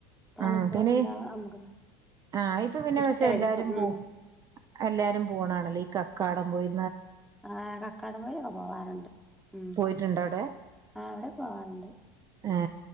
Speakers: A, in the centre; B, on the right.
A: തണുപ്പ്
B: ഉം പിന്നെ
A: ഇണ്ടാ നമുക്ക്
B: ആഹ് ഇപ്പൊ പിന്നെ
A: ഇഷ്ടായിരിക്കും
B: പക്ഷെ എല്ലാരും പോവും
A: ഉം.
B: എല്ലാരും പോണാണല്ലോ ഈ കക്കാടം പോയി
A: ആ കക്കാടം വഴിക്കെ പോവാറുണ്ട് ഉം
B: പോയിട്ടുണ്ടോ അവിടെ
A: ആ അവിടെ പോവാറുണ്ട്.
B: ആ